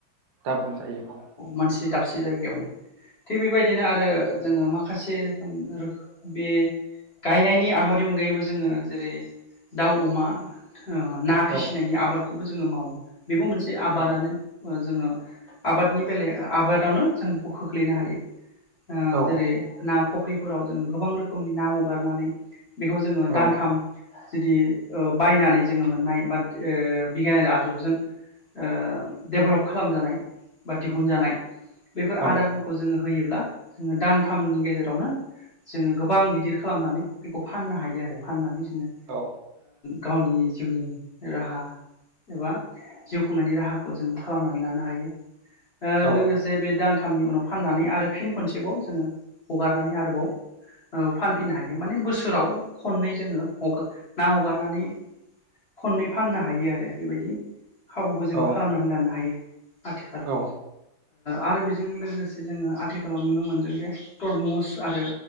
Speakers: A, on the right; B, on the left.
A: दाबल जायो औ।
B: मोनसे दाबसे जायगायावनो। थिग बेबायदिनो आरो जोङो माखासे रोखोम बे गायनायनि आबादनि अनगायैबो जोङो जेरै दाउ अमा ना फिसिनायनि
A: औ
B: आबादखौबो जोङो मावो बेबो मोनसे आबादानो।
A: औ
B: जोङो आबादनि बेलाया आबादावनो जों बेखौ खोख्लैनो हायो।
A: औ
B: जेरै ना फ फख्रिफोराव जोङो गोबां रोखोमनि ना हगारनानै बेखौ जोङो
A: औ
B: दानथाम जुदि बायनानै जोङो मोननाय बा ओ बिगियानारि आदबजों दडेभेलप खालामजानाय बा दिहुनजानाय बेफोर
A: औ
B: आदारफोरखौ जोङो होयोब्ला जोङो दानथामनि गेजेरावनो जोङो गोबां गिदिर खालामनानै बेखौ फाननो हायो आरो फाननानै जोङो
A: औ।
B: गावनि जिउनि राहा एबा जिउ खुंनायनि राहाखौ जोङो खालामनानै लानो हायो।
A: औ
B: लोगोसे जे बे दानथामनि उनाव फाननानै आरो फिन खनसेबाव जोङो हगारनानै आरोबाव फानफिननो हायो माने बोसोराव खननै जोङो हगार ना हगारनानै खननै फाननो हायो आरो। बेबायदि खाबुखौ जोङो
A: औ
B: खालामनानै लानो हायो आथिखालाव।
A: औ
B: आरो बेजों लोगोसे जोङो आथिखालाव नुनो मोनदों जे तरमुस आरो